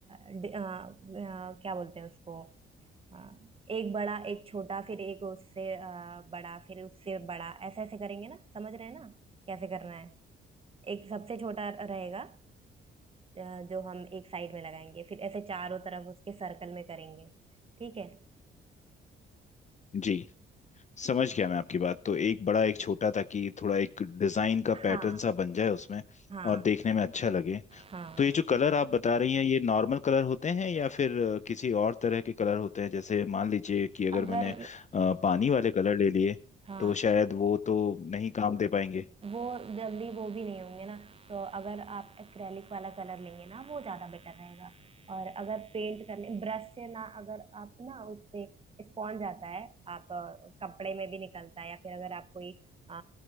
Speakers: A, on the right; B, on the left.
A: डि- अ, अ, क्या बोलते हैं उसको अ, एक बड़ा एक छोटा फिर एक उससे अ, बड़ा फिर उससे बड़ा ऐसे ऐसे करेंगे ना समझ रहे हैं ना कैसे करना है एक सबसे छोटा रहेगा अ, जो हम एक साइड में लगाएंगे फिर ऐसे चारों तरफ उसके सर्कल में करेंगे ठीक है
B: जी समझ गया मैं आपकी बात तो एक बड़ा एक छोटा ताकि थोड़ा एक डिजाइन का पैटर्न
A: हाँ
B: सा बन जाए उसमें
A: हाँ
B: और देखने में अच्छा लगे
A: हाँ
B: तो ये जो कलर आप बता रही हैं ये नॉर्मल कलर होते हैं या फिर अ, किसी और तरह के कलर होते हैं जैसे मान लीजिए कि अगर
A: अगर
B: मैंने अ, पानी वाले कलर ले लिए
A: हाँ
B: तो शायद वो तो नहीं काम दे पाएंगे
A: वो जल्दी वो भी नहीं होंगे ना तो अगर आप एक्रेलिक वाला कलर लेंगे ना वो ज़्यादा बेटर रहेगा और अगर पेंट करने ब्रश से ना अगर आप ना उससे स्पॉन्ज आता है आप अ, कपड़े में भी निकलता है या फिर अगर आप कोई अ,